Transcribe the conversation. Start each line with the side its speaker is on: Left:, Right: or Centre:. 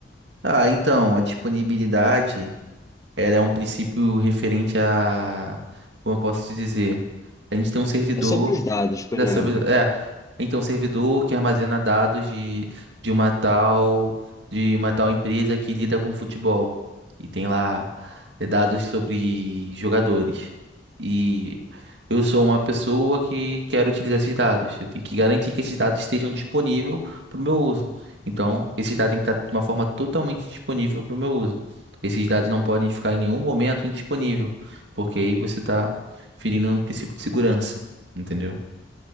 Right: Ah, então, a disponibilidade, ela é um princípio referente a, como eu posso te dizer, a gente tem um servidor
Left: É sobre os dados que
Right: Da
Left: eu
Right: sub...
Left: lembro.
Right: É. Então, servidor que armazena dados de, de uma tal de uma tal empresa que lida com futebol. E tem lá eh, dados sobre jogadores. E eu sou uma pessoa que quero utilizar esses dados. Eu tenho que garantir que esses dados estejam disponíveis para o meu uso. Então, esses dados têm que estar de uma forma totalmente disponível para o meu uso. Esses dados não podem ficar em nenhum momento indisponível, porque aí você está ferindo um princípio de segurança, entendeu?